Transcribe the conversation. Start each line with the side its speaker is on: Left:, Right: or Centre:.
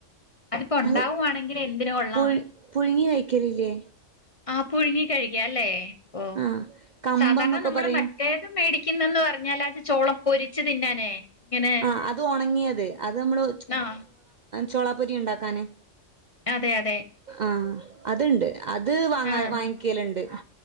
Left: അതിപ്പോ ഉണ്ടാവുവാണെങ്കിൽ
Right: അത്
Left: എന്തിനു കൊള്ളാം
Right: പുഴു പുഴുങ്ങി കഴിക്കലില്ലേ
Left: ആ പുഴുങ്ങി കഴിക്ക അല്ലേ ഓ
Right: ആഹ് കമ്പംന്നൊക്കെ
Left: സാധാരണ നമ്മള്
Right: പറയും
Left: മറ്റേ മേടിക്കുന്നന്ന് പറഞ്ഞാൽ അത് ചോളം പൊരിച്ച് തിന്നാനേ ഇങ്ങനെ
Right: ആ അത് ഉണങ്ങിയത് അത് നമ്മള്
Left: ആഹ്
Right: ചോളാപ്പൊരി ഉണ്ടാക്കാനെ
Left: അതെ അതെ
Right: ആഹ അത്ണ്ട് അത്
Left: ആഹ്
Right: വാങ്ങിക്കലുണ്ട്